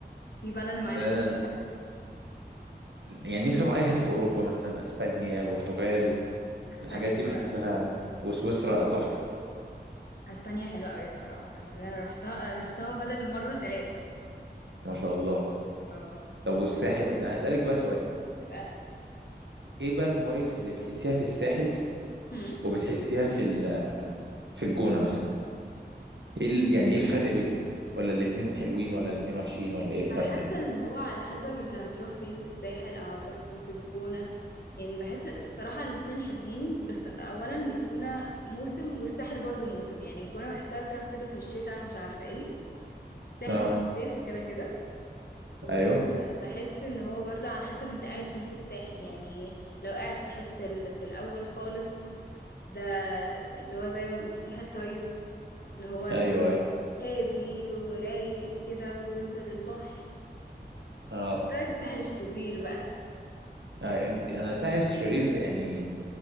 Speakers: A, on the left (about 60°); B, on the right (about 85°).
A: في بلد معينة
B: انا
A: في دماغك
B: يعني نفسي اروح اي حته في اوروبا مثلا اسبانيا البرتغال
A: أسبانيا
B: الحاجات دي
A: حلوة
B: بحسها
A: قوي
B: وسويسرا تحفه
A: أسبانيا حلوة قوي بصراحة يعني أنا روحتها أنا روحتها بدل مرة ثلاثة
B: ما شاء الله
A: اه
B: طب والساحل انا هسالك بقى سؤال
A: اسألني
B: ايه بقى الفايبس اللي بتحسيها في الساحل
A: هم؟
B: وبتحسيها في ال- في الجونه مثلا ايه ال... يعني ايه الفرق بينهم ولا الاتنين حلوين ولا الاتنين وحشين ولا ايه الفرق
A: أنا حاسة إن هو على حسب أنت هتروح فين في الساحل أو هتروح فين في الجونة يعني بحس الصراحة الاتنين حلوين بس أولا الجونة موسم والساحل برضو موسم يعني الجونة بحسها بتروح كده في الشتاء مش عارفة ايه الساحل
B: اه
A: في الصيف كده كده وبحس
B: ايوه
A: ان هو برضو على حسب انت قاعد فين في الساحل يعني لو قاعد في الحتة اللي في الاول خالص ده اللي هو زي ما بنقول ساحل طيب اللي هو
B: ايوه
A: ده
B: ايوه
A: هادي ورايق كده وتنزل البحر
B: اه
A: رايك في الساحل الشرير بقى
B: ايوه انت انا ساعات شرير يعني